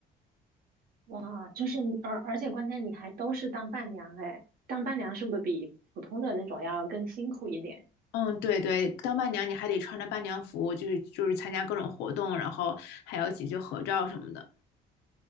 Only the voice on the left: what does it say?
嗯，对对，当伴娘你还得穿着伴娘服，就是就是参加各种活动，然后还要一起去合照什么的。